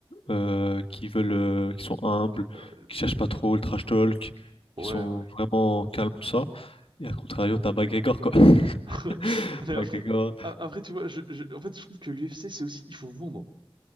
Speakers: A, on the left; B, on the right.
A: euh, qui veulent, euh, qui sont humbles,
B: Euh,
A: qui cherchent pas trop le trash talk,
B: ouais,
A: qui sont
B: ouais.
A: vraiment calmes, tout ça. Et à contrario, t'as McGregor, quoi. <laughs>
B: <laughs> Mais
A: McGregor,
B: après, a- après, tu vois, je, je- en fait, je trouve que l'UFC c'est aussi, il faut vendre.